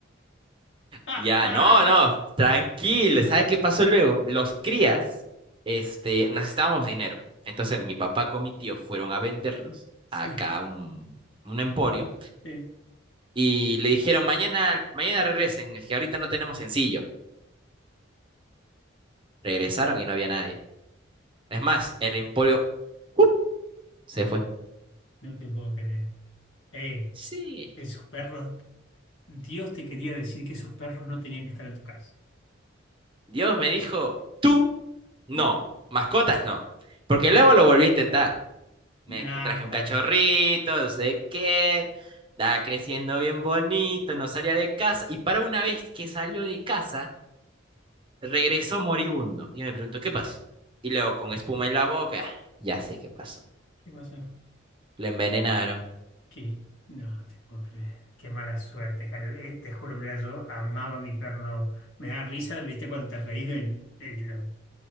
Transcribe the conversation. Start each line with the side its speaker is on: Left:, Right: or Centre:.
Left: <laughs>
Right: Ya, no, no, tranquilo. Sabes qué pasó luego? Los crías, este, necesitábamos dinero. Entonces mi papá con mi tío fueron a venderlos
Left: Sí,
Right: acá a un, un emporio
Left: sí,
Right: y le dijeron, mañana, mañana regresen, es que ahorita no tenemos sencillo. Regresaron y no había nadie. Es más, el emporio ¡up! se fue.
Left: no te puedo creer. Eh,
Right: Sí,
Left: esos perros, Dios te quería decir que esos perros no tenían que estar en tu casa.
Right: Dios me dijo, tú no,
Left: <laughs>
Right: mascotas no. Porque luego lo volví a intentar. Me
Left: Nada,
Right: traje un cachorrito, no sé qué. Estaba creciendo bien bonito, no salía de casa. Y para una vez que salió de casa, regresó moribundo. Y me pregunto, ¿qué pasó? Y luego con espuma en la boca, ya sé qué pasó.
Left: ¿qué pasó?
Right: Lo envenenaron.
Left: Que no te puedo creer. Qué mala suerte, Jared. Eh, te juro, mira, yo amaba a mi perro. Me da risa, viste, cuando te reís de, de lo